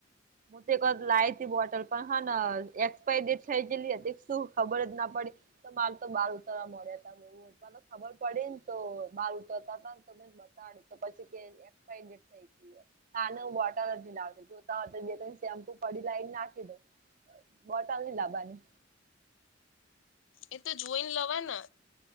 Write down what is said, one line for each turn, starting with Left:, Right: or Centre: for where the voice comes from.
Right: હું તો એક વાર લાઇથી બોટલ, પણ હન એક્સપાયરી ડેટ થઈ ગયેલી હતી, શું ખબર જ ન પડી. તો માર તો બાલ ઉતરવા મોળ્યા તા બહુ, અચાનક ખબર પડી ને તો બાલ ઉતરતા હતા ને તો મેં પછાડી તો પછી તેની એક્સપારી ડેટ થઈ ગઈરી, આને હું બોટલજ નથી લાતો જોતા. બે ત શેમ્પુ પડી લાવને નાખી દો બોટલ નહીં દાબવાની
Left: એ તો જોઈને લવાય ને